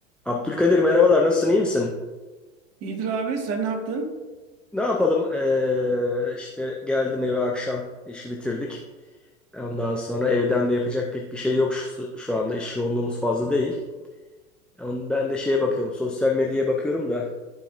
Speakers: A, in the centre; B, on the right.
A: Abdülkadir merhabalar nasılsın iyi misin?
B: İyidir abi sen ne yaptın?
A: Ne yapalım Ee, işte geldim eve akşam işi bitirdik. Ondan sonra evden de yapacak pek bir şey yok şu, şu anda iş yoğunluğumuz fazla değil. Yani Ben de şeye bakıyorum sosyal medyaya bakıyorum da